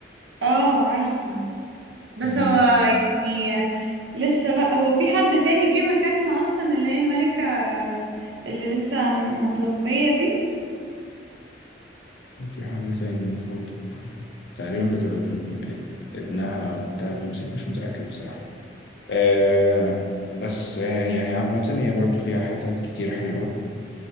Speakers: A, on the right; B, on the left.
A: اه عارفه بس
B: مم.
A: هو يعني لسه بقى هو في حد تاني جه مكانها اصلا اللي هي الملكه اللي لسه متوفيه دي
B: في حاجة تاني المفروض تقريبا بتبقى بن... ابنها بتاع بيمسك مش متأكد بصراحة آه بس آه يعني عامة هي برضو فيها حتت كتير حلوة